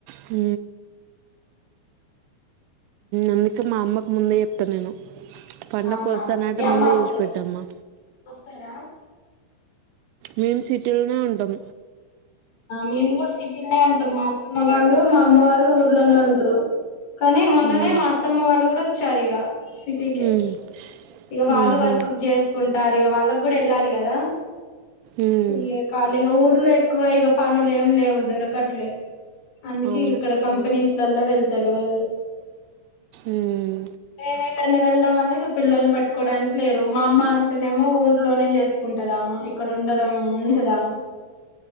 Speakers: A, on the right (about 85°); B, on the left (about 50°).
A: హ అందుకే మా అమ్మకు ముందే చెప్తాను నేను పండకు
B: అవునా
A: వస్తానంటే
B: మీ అమ్మ
A: ముందే
B: వస్తది
A: చేసి పెట్టమ్మా
B: వస్తారా
A: మేం సీటిలోనే ఉంటాం
B: నేనుకూడ ఇన్నె ఉంటా మా అత్తమ్మ వాళ్ళు మా అమ్మ వాళ్ళు ఊర్లోనే ఉంటరు కానీ మొన్ననే
A: మ్మ్.
B: మా అత్తమ్మ వాళ్ళు కూడా వచ్చారు ఇగా సిటీకే
A: మ్మ్.
B: ఇగ వాళ్ళు
A: మ్మ్హ.
B: వర్క్ చేసుకుంటరు ఇగా వాళ్ళకి గుడా ఏళ్ళాలి కదా
A: మ్మ్.
B: ఇగా కాళీగా ఊర్లో ఎ ఇగ పనులు ఏం లేవు దొరకట్లే అందుకే
A: అవును
B: ఇగ ఇక్కడ కంపెనీసు లల్ల వెళ్తరు వాళ్ళు
A: మ్మ్.
B: నేనేటన వెళ్దాం అనే ఇగ పిల్లల్ని పట్టుకోవడానికి లేరు మా అమ్మ అంటేనేమో ఊర్లోనే చేసుకుంటదామా ఇక్కడ ఉండడం ఉండదా అ